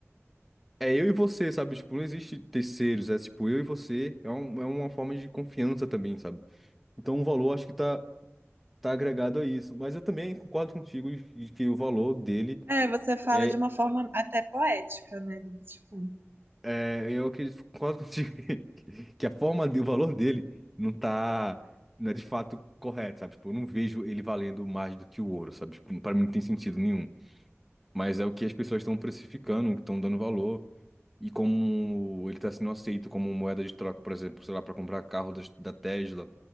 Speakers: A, in the centre; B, on the right (about 50°).
A: É eu e você, sabe? Tipo, não existe terceiros, é tipo, eu e você, é, um, é uma forma de confiança também, sabe? Então o valor acho que tá, tá agregado a isso. Mas eu também concordo contigo de que o valor dele.
B: É, você fala
A: é
B: de uma forma até poética, né, do Bitcoin.
A: É, eu acredito, concordo contigo <laughs> que que a forma, de- o valor dele não tá, não é de fato correto, sabe? Tipo, eu não vejo ele valendo mais do que o ouro, sabe? Tipo, para mim não tem sentido nenhum. Mas é o que as pessoas estão precificando, estão dando valor. E como ele tá sendo aceito como moeda de troca, por exemplo, sei lá, para comprar carro da, da Tesla,